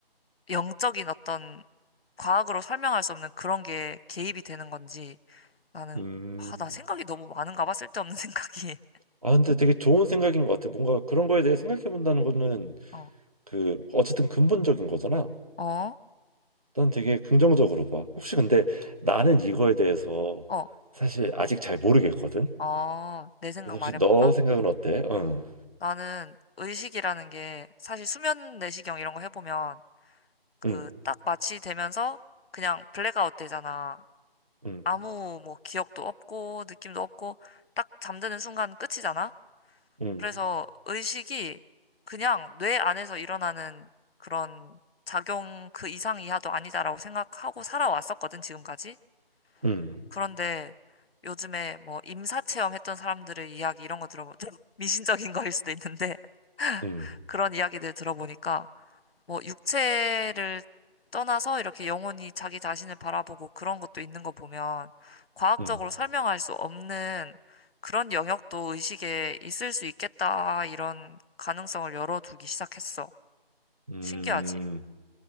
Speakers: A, on the left; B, on the right.
A: 영적인 어떤 과학으로 설명할 수 없는 그런 게 개입이 되는 건지 나는
B: 음.
A: 아, 나 생각이 너무 많은가 봐 쓸데없는 <laughs> 생각이
B: 아, 근데 되게 좋은 생각인 것 같아. 뭔가 그런 거에 대해 생각해 본다는 거는
A: 어,
B: 그 어쨌든 근본적인 거잖아.
A: 어,
B: 난 되게 긍정적으로 봐. 혹시 근데 나는 이거에 대해서
A: 어,
B: 사실 아직 잘 모르겠거든.
A: 어, 내 생각
B: 그래서 혹시
A: 말해볼까?
B: 너 생각은 어때? 응,
A: 나는 의식이라는 게 사실 수면 내시경 이런 거 해보면 그
B: 응,
A: 딱 마취되면서 그냥 블랙아웃 되잖아.
B: 응,
A: 아무 뭐 기억도 없고 느낌도 없고 딱 잠드는 순간 끝이잖아.
B: 응,
A: 그래서 의식이 그냥 뇌 안에서 일어나는 그런 작용 그 이상 이하도 아니다라고 생각하고 살아왔었거든, 지금까지.
B: 응,
A: 그런데 요즘에 뭐 임사 체험했던 사람들의 이야기 이런 거 들어보면 <laughs> 미신적인 거일 수도 있는데
B: 응,
A: 그런 이야기들 들어보니까 뭐 육체를 떠나서 이렇게 영혼이 자기 자신을 바라보고 그런 것도 있는 거 보면 과학적으로
B: 응,
A: 설명할 수 없는 그런 영역도 의식에 있을 수 있겠다 이런 가능성을 열어두기 시작했어.
B: 응.
A: 신기하지?